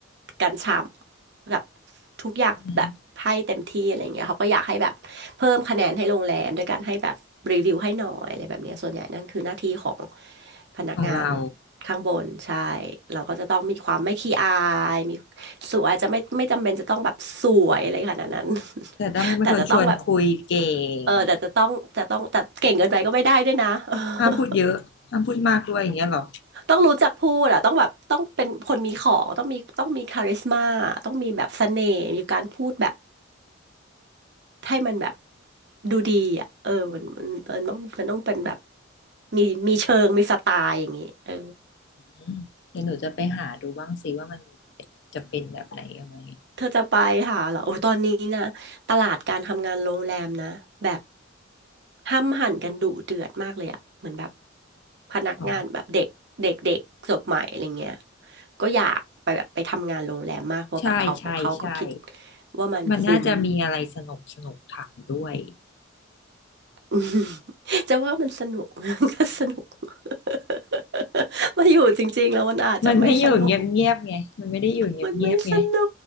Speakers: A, on the right; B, on the left.
A: กันฉ่ำแบบทุกอย่างแบบให้เต็มที่อะไรเงี้ยเขาก็อยากให้แบบเพิ่มคะแนนให้โรงแรมด้วยการให้แบบรีวิวให้หน่อยอะไรแบบเนี้ยส่วนใหญ่นั่นคือหน้าที่ของ
B: อืม
A: พนักงาน
B: ของเรา
A: ข้างบนใช่เราก็จะต้องมีความไม่ขี้อายมีสวยจะไม่ไม่จำเป็นจะต้องแบบสวยอะไรขนาดนั้น
B: แต่ต้องเป็นคนชวนคุยเก่ง
A: <laughs> แต่จะต้องแบบ เออแต่จะต้องจะต้องแต่เก่งเกินไปก็ไม่ได้ด้วยนะ <laughs>
B: ห้ามพูดเยอะห้ามพูดมากด้วยอย่างเงี้ยเหรอ
A: ต้องรู้จักพูดอะต้องแบบต้องเป็นคนมีของต้องมีต้องมีคาริสมาต้องมีแบบเสน่ห์มีการพูดแบบให้มันแบบดูดีอะเออมันมันมันต้องมันต้องเป็นแบบมีมีเชิงมีสไตล์อย่างงี้เออ
B: อืมเดี๋ยวหนูจะไปหาดูบ้างสิว่ามันจะเป็นแบบไหนยังไง
A: เธอจะไปหาเหรอโอ้ยตอนนี้นะตลาดการทำงานโรงแรมนะแบบห้ำหั่นกันดุเดือดมากเลยอะเหมือนแบบพนักงานแบบเด็กเด็กเด็กจบใหม่อะไรเงี้ย
B: อ๋อ
A: ก็อยากไปแบบไปทำงานโรงแรมมากเพราะแบบเขาก็เขาก็คิด
B: ใช่ใช่ใช่
A: ว่ามันคุ้ม
B: มันน่าจะมีอะไรสนุกสนุกถามด้วย
A: <laughs> จะว่ามันสนุก <laughs> ก็สนุก <laughs> มาอยู่จริงๆแล้วมันอาจจะไม่สนุก
B: <laughs> มันไม่อยู่เงียบเงียบไงมันไม่ได้อยู่เงียบเงียบไง
A: มันไม่สนุ